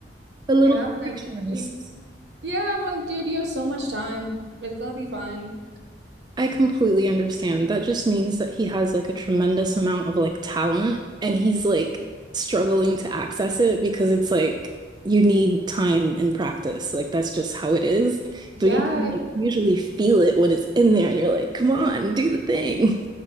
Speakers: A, on the right; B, on the right.
A: a little
B: And I'm
A: perfectionist.
B: like, you, Yeah, I'm like, dude, you have so much time. It's gonna be fine.
A: I completely understand. That just means that he has like a tremendous amount of like talent and he's like struggling to access it because it's like you need time and practice. Like that's just how it is.
B: Yeah,
A: But you can like usually feel it when it's in there and you're like, come on, do the thing.